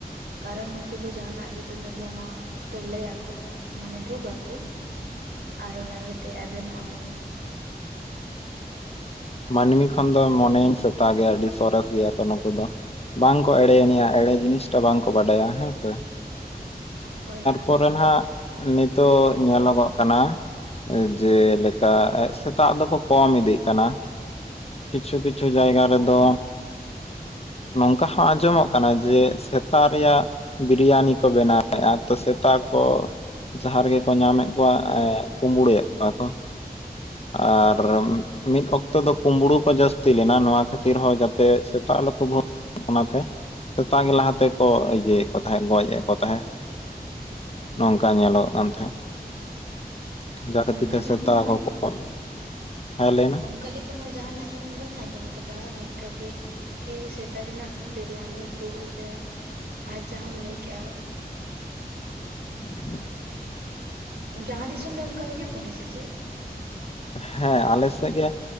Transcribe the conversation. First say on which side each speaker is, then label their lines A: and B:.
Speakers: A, on the right (about 90°); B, on the left (about 40°).
A: ᱠᱟᱨᱚᱱ ᱩᱱᱠᱩ ᱫᱚ ᱡᱟᱦᱟᱱᱟᱜ ᱜᱮᱠᱚ ᱧᱮᱞ ᱧᱟᱢᱟ ᱛᱚ ᱞᱮᱭᱟᱠᱚ ᱢᱟᱱᱮ ᱵᱷᱩᱜ ᱟᱠᱚ
B: <inaudible>
A: ᱟᱨ ᱚᱱᱟ ᱤᱭᱟᱹᱛᱮ ᱮᱵᱷᱮᱱᱚᱜ ᱟᱵᱚᱱ
B: ᱢᱟᱹᱱᱢᱤ ᱠᱷᱚᱱ ᱫᱚ ᱢᱚᱱᱮᱧ ᱥᱮᱛᱟᱜ ᱜᱮ ᱟᱹᱰᱤ ᱥᱚᱨᱮᱥ ᱜᱮᱭᱟ ᱠᱚ ᱱᱩᱠᱩ ᱫᱚ᱾ ᱵᱟᱝᱠᱚ ᱮᱲᱮᱭᱱᱤᱡᱼᱟ ᱮᱲᱮ ᱡᱤᱱᱤᱥᱴᱟ ᱵᱟᱝᱠᱚ ᱵᱟᱰᱟᱭᱟ ᱦᱮᱸᱥᱮ
A: ᱦᱳᱭ
B: ᱯᱚᱨᱮ ᱱᱟᱜ ᱱᱤᱛᱚᱜ ᱧᱮᱞᱚᱜᱚᱜ ᱠᱟᱱᱟ ᱡᱮᱞᱮᱠᱟ ᱥᱮᱛᱟᱜ ᱫᱚᱠᱚ ᱠᱚᱢ ᱤᱫᱤᱜ ᱠᱟᱱᱟ ᱠᱟᱱᱟ ᱠᱤᱪᱷᱩ ᱠᱤᱪᱷᱩ ᱡᱟᱭᱜᱟ ᱨᱮᱫᱚ ᱱᱚᱝᱠᱟ ᱦᱚᱸ ᱟᱸᱡᱚᱢᱚᱜ ᱠᱟᱱᱟ ᱡᱮ ᱥᱮᱛᱟ ᱨᱮᱭᱟᱜ ᱵᱤᱨᱭᱟᱱᱤ ᱠᱚ ᱵᱮᱱᱟᱣᱮᱫᱼᱟ ᱛᱚ ᱥᱮᱛᱟ ᱠᱚ ᱡᱟᱦᱟᱸ ᱨᱮ ᱜᱮ ᱠᱚ ᱧᱟᱢᱮᱫ ᱠᱚᱣᱟ ᱮ ᱠᱩᱵᱲᱩᱭᱮᱫ ᱠᱚᱣᱟ ᱠᱚ ᱟᱨ ᱢᱤᱫ ᱚᱠᱛᱚ ᱫᱚ ᱠᱩᱸᱢᱲᱩ ᱠᱚ ᱡᱟᱹᱥᱛᱤ ᱞᱮᱱᱟ ᱱᱚᱣᱟ ᱠᱷᱟᱹᱛᱤᱨ ᱛᱤ ᱨᱮᱦᱚᱸ ᱡᱟᱛᱮ ᱥᱮᱛᱟᱜ ᱟᱞᱚ ᱠᱚ ᱵᱷᱳᱜ ᱚᱱᱟᱛᱮ ᱥᱮᱛᱟᱜ ᱜᱮ ᱞᱟᱦᱟ ᱛᱮᱠᱚ ᱤᱭᱟᱹ ᱛᱟᱦᱮᱸᱜ ᱜᱚᱡ ᱮᱫ ᱠᱚ ᱛᱟᱦᱮᱸᱜ ᱱᱚᱝᱠᱟ ᱧᱮᱞᱚᱜ ᱠᱟᱱ ᱛᱟᱦᱮᱸᱫ ᱡᱟᱦᱟᱸ ᱠᱷᱟᱹᱛᱤᱨ
A: ᱚᱱᱠᱟᱱᱟᱜ
B: ᱛᱮ ᱥᱮᱛᱟ
A: ᱢᱟ
B: ᱠᱚ <unintelligible> ᱦᱮ ᱞᱟᱹᱭ ᱢᱮ
A: ᱚᱱᱠᱟ ᱞᱮᱠᱟ ᱢᱟ ᱡᱟᱦᱱᱟᱜ ᱤᱧ ᱵᱟᱹᱧ ᱟᱸᱡᱚᱢ ᱟᱠᱟᱫᱟ ᱱᱤᱛ ᱦᱟᱹᱵᱤᱡ ᱠᱤ ᱥᱮᱛᱟ ᱨᱮᱱᱟᱜ ᱵᱤᱨᱤᱭᱟᱱᱤ ᱠᱚ ᱥᱮ ᱟᱨ ᱡᱟᱦᱟᱸᱢ ᱞᱟᱹᱭ ᱠᱮᱜᱼᱟ
B: <inaudible>
A: ᱡᱟᱦᱟᱸ ᱫᱤᱥᱚᱢ ᱨᱮ ᱚᱱᱠᱟ ᱦᱳᱭᱳᱜ ᱠᱟᱱᱟ ᱥᱮ ᱪᱮᱫ
B: ᱦᱮᱸ ᱟᱞᱮ ᱥᱮᱫ ᱜᱮ